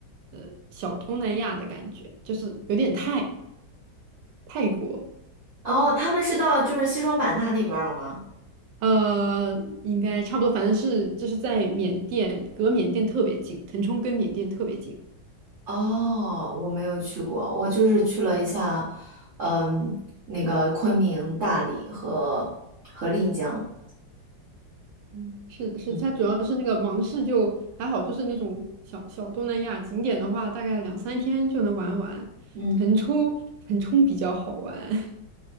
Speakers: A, on the right; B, on the right.
A: 呃小东南亚的感觉，就是有点泰泰国。
B: 哦，他们是到就是西双版纳那边儿了吗？
A: 呃，应该差不多，反正是就是在缅甸，隔缅甸特别近，腾冲跟缅甸特别近。
B: 哦，我没有去过，我就是去了一下，嗯，那个昆明、大理和和丽江。
A: 嗯，是的，是的它主要是那个芒市就还好，
B: 嗯
A: 就是那种小小东南亚景点的话，大概两三天就能玩完。
B: 嗯，
A: 腾冲，腾冲比较好玩。<laughs>